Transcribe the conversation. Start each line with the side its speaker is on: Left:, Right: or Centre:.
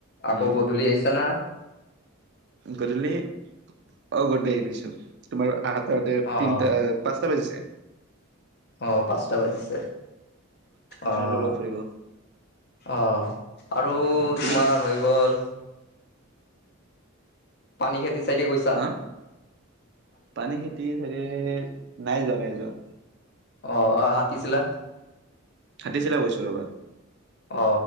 Right: উম,
Left: আকৌ গধূলি আহিছা না?
Right: গধূলি অ গধূলি আহি পাইছোঁ। তোমাৰ আহা তাতে
Left: অ',
Right: তিনিটা পাঁচটা বাজিছে।
Left: আহ পাঁচটা বাজিছে আহ
Right: ফ্ৰেণ্ডৰ লগত ফুৰিব।
Left: আহ। আৰু
Right: তুমি
Left: তোমাৰ হৈ গ'ল। পানী খেতিৰ চাইডে গৈছা?
Right: হা পানী খেতিৰ চাইডে নাই যোৱা, নাই যোৱা।
Left: অ হাতীছিলা?
Right: হাতিছিলা গৈছোঁ ৰবা।
Left: অ